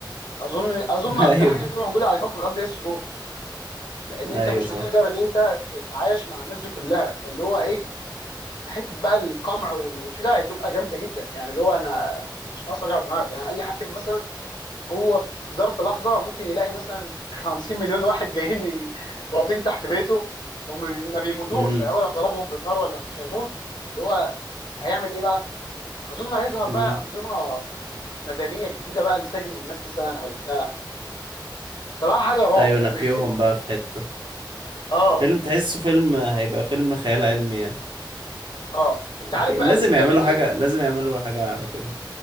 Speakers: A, on the left; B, on the right.
A: اظن اظن
B: <laughs>
A: اكتر
B: ايوه
A: حاجه هتبقى موجوده على كوكب الارض هي السجون لان انت
B: ايوه
A: مش
B: صح
A: هتقدر ان انت تتعايش مع الناس دي كلها فاللي هو ايه حته بقى القمع وال- وكده هتبقى جامده جدا يعني اللي هو انا مش ناقص وجع دماغ يعني اي حاكم مثلا هو في ظرف لحظه ممكن يلاقي مثلا 50 مليون واحد جايين ي- واقفين تحت بيته هم بي- ما بيموتوش
B: امم
A: يعني هو لو ضربهم بالنار ولا مش هيموتوا اللي هو هيعمل ايه بقى؟ اظن هيظهر
B: امم
A: بقى انظمه مدنيه جديده بقى لسجن الناس مثلا او بتاع بصراحه حاجه رعب
B: ايوه
A: يعني
B: نفيهم
A: <laughs>
B: بقى في حتة
A: اه
B: فيلم تحسه فيلم هيبقى فيلم خيال علمي يعني
A: اه انت عارف
B: أك... لازم
A: بقى الجامد
B: يعملوا
A: ايه؟
B: حاجة لازم يعملوا حاجة على كده